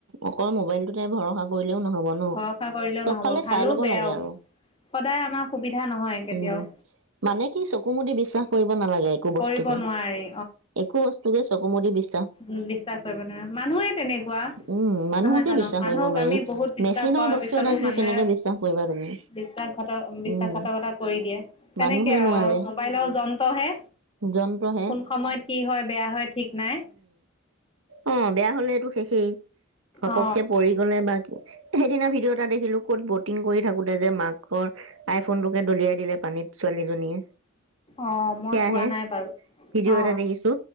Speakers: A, on the right; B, on the left.
A: অকল মোবাইলটোতে ভৰসা কৰি লেও নহব ন।
B: ভৰসা কৰিলেও
A: চব
B: নহ'ব
A: ফালে
B: ভালো
A: চাই ল'ব
B: বেয়াও
A: লাগে আৰু।
B: সদায় আমাৰ সুবিধা নহয় কেতিয়াও।
A: উম। মানে কি চকু মুদি বিশ্বাস কৰিব নালাগে একো
B: কৰিব
A: বস্তুকে।
B: নোৱাৰি
A: একো বস্তুকে চকু মুদি বিছ
B: উম বিশ্বাস কৰিব নালাগে। মানুহে তেনেকুৱা
A: উম, মানুহকে
B: নহয় জানো?
A: বিশ্বাস
B: মানুহক
A: কৰিব নোৱাৰি।
B: আমি বহুত বিশ্বাস
A: মেচিনৰ
B: কৰাৰ
A: বস্তু
B: পিছতো
A: এটাকনো
B: মানুহে
A: কেনেকে বিশ্বাস কৰিবা তুমি
B: বিশ্বাস বিশ্বাসঘাতকতা
A: উম।
B: কৰি দিয়ে।
A: মানুহে
B: তেনেকে আও
A: নোৱাৰে
B: আৰু মোবাইলও যন্ত্ৰহে।
A: যন্ত্ৰহে
B: কোন সময়ত কি হয় বেয়া হয় ঠিক নাই।
A: অ বেয়া হ'লেটো শেষেই। ঘপককে
B: অ
A: পৰি গ'লে বা সেইদিনা ভিডিঅ' এটা দেখিলো ক'ত বট টিং কৰি থাকোতে যে মাকৰ আই ফোনটোকে দলিয়াই দিলে পানীত ছোৱালীজনীয়ে।
B: অঁ, মই
A: সেয়াহে
B: পোৱা নাই বাৰু।
A: ভিডিঅ'
B: অ
A: এটা দেখিছো